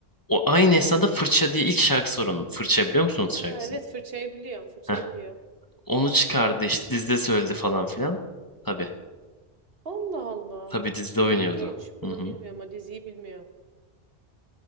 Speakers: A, on the left; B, on the right.
A: o aynı esnada Fırça diye ilk şarkısı var onun. Fırça biliyor musunuz
B: Ha,
A: şarkısını?
B: evet fırçayı biliyorum fırçayı
A: Heh.
B: biliyorum.
A: Onu çıkardı işte dizide söyledi falan filan. Tabii.
B: Allah Allah.
A: Tabii dizide oynuyordu.
B: İlginç. Bunu
A: Hı hı.
B: bilmiyorum o diziyi bilmiyorum.